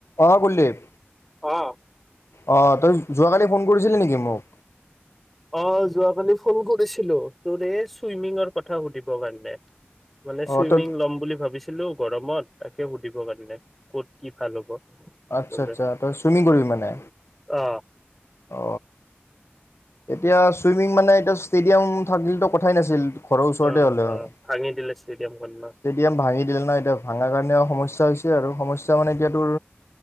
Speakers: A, on the left (about 80°); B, in the centre.
A: অ কুলদীপ।
B: অঁ
A: অ তই যোৱাকালি ফোন কৰিছিলি নেকি মোক?
B: অ যোৱাকালি ফোন কৰিছিলো তোৰ এই চুইমিঙৰ কথা সুধিবৰ কাৰণে। মানে
A: অ
B: চুইমিং
A: তই
B: ল'ম বুলি ভাবিছোঁ। আছিলো গৰমত তাকে সুধিব কাৰণে, ক'ত কি ভাল হ'ব।
A: আচ্ছা
B: বোলে
A: আচ্ছা তই চুমিং কৰিবি মানে?
B: অ
A: অ এতিয়া, চুইমিং মানে এতিয়া ষ্টেদিয়াম থাকিলেতো কথায়ে নাছিল ঘৰৰ ওচৰতে
B: অ
A: হ'লে হয়।
B: অ ভাঙি দিলে ষ্টেডিয়ামখন ন
A: ষ্টেদিয়াম ভাঙি দিলে না, ভাঙাৰ কাৰণেও সমস্যা সমস্যা হৈছে আৰু। সমস্যা মানে এতিয়া তোৰ,